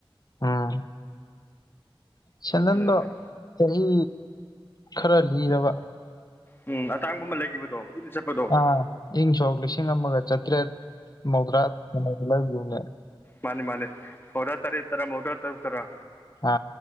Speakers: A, on the left; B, on the left.
A: ꯎꯝ ꯆꯗꯟꯗ
B: ꯑꯗꯨꯅꯦ
A: ꯆꯍꯤ ꯈꯔ ꯂꯤꯔꯕꯔꯕ
B: ꯎꯝ ꯑꯇꯥꯡꯕꯨꯝ ꯑꯃ ꯂꯩꯈꯤꯕꯗꯣ ꯀꯨꯏꯅ ꯆꯠꯄꯗꯣ
A: ꯑꯥ ꯏꯪ ꯁꯣꯛ ꯂꯤꯁꯤꯡ ꯑꯃꯒ ꯆꯥꯇ꯭ꯔꯦꯠ ꯃꯧꯗ꯭ꯔꯥ ꯂꯩꯈꯤꯕꯨꯅꯦ
B: ꯃꯥꯅꯤ ꯃꯥꯅꯤ ꯃꯥꯑꯣꯗꯔꯥ ꯇꯔꯦꯠ ꯔꯥ ꯃꯦꯗꯔꯥ ꯇꯥꯔꯨꯛꯇꯔ
A: ꯑ